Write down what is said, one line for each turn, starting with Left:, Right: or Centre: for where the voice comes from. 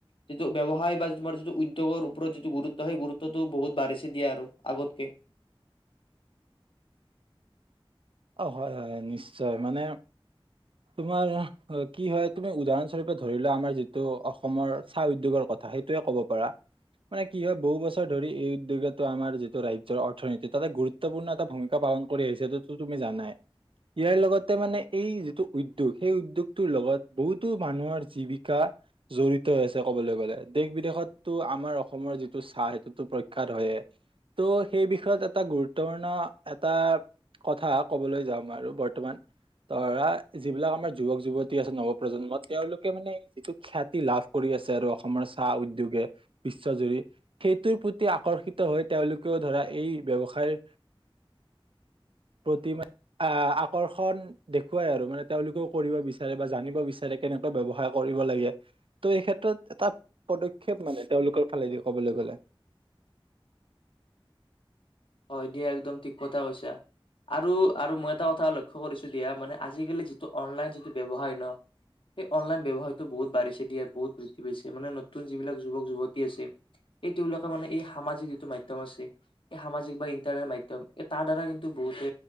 Left: যিটো ব্যৱসায় বা তোমাৰ যিটো উদ্যোগৰ ওপৰত যিটো গুৰুত্ব, সেই গুৰুত্বটো বহুত বাঢ়িছে দিয়া আৰু, আগতকে।
Right: অ' হয়! হয়! নিশ্চয়, মানে তোমাৰ কি হয় তুমি উদাহৰণস্বৰূপে ধৰিলোৱা আমাৰ যিটো অসমৰ চাহ উদ্যোগৰ কথা, সেইটোয়ে কব পাৰা। মানে কি হয় বহু বছৰ ধৰি এই উদ্যোগটো আমাৰ যি ৰাজ্যৰ অৰ্থনীতি ততে গুৰুত্বপূৰ্ণ এটা ভূমিকা পালন কৰি আহিছে যোন টো তুমি জানায়ে। ইয়াৰ লগতে মানে এই যিটো উদ্যোগ, সেই উদ্যোগটোৰ লগত বহুতো মানুহৰ জীৱিকা জড়িত আছে কবলৈ গ'লে। দেশ বিদেশতো আমাৰ অসমৰ যিটো চাহ সেইটোতো প্ৰখ্য্াত হয়ে ত' সেই বিষয়ত এটা গুৰুত্বপূৰ্ণ এটা কথা কবলৈ যাাম আৰু বৰ্তমান ধৰা, যিবিলাক আমাৰ যুৱক যুৱতী আছে নৱ প্ৰজন্মৰ, তেওঁলোকে মানে যিটো খ্যাতি লাভ কৰি আছে আৰু অসমৰ চাহ উদ্যোগে, বিশ্বজুৰি, সেইটোৰ প্ৰতি আকৰ্ষিত হৈ তেওঁলোকেও ধৰা এই ব্যয়ৱসায় প্ৰতিমা <unintelligible> আকৰ্ষণ দেখুৱাই আৰু, মানে তেওঁলোকেও কৰিব বিচাৰে বা জানিব বিচাৰে। কেনেকৈ ব্যৱসায় কৰিব লাগে, ত' এই ক্ষেত্ৰত এটা পদক্ষেপ মানে তেওঁলোকৰ ফালেদি ক'বলৈ গ'লে।
Left: হয় দিয়া একদম ঠিক কথা কৈছা। আৰু আৰু মই এটা কথা লক্ষ্য কৰিছোঁ দিয়া, মানে আজিকালি যিটো অনলাইন যিটো ব্যৱসায় ন, সেই অনলাইন ব্যৱসায়তটো বহুত বাঢ়িছে দিয়া, বহুত বৃদ্ধি পাইছে, মানে, নতুন যিবিলাক যুৱক যুৱতী আছে এই তেওঁলোকে মানে, এই সামাজিক যিটো মাধ্যম আছে, এই সামাজিক বা ইন্টাৰনেট মাধ্যম তাৰ দ্বাৰা কিন্তু বহুতে